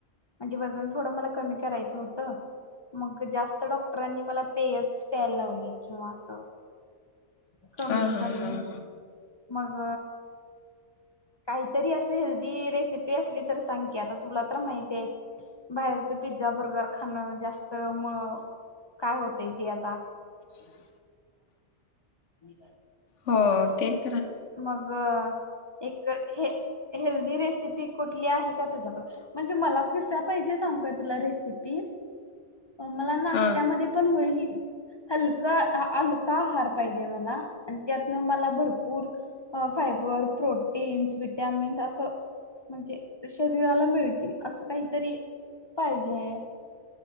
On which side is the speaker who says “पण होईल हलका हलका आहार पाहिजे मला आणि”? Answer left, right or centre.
Left